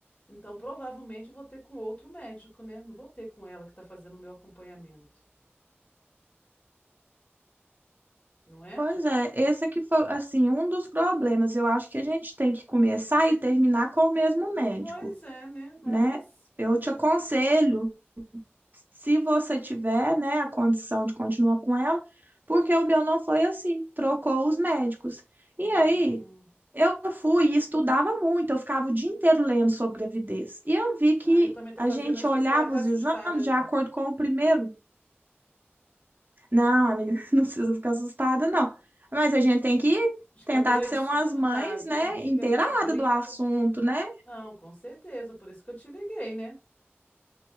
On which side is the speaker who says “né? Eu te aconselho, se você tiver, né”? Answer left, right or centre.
Right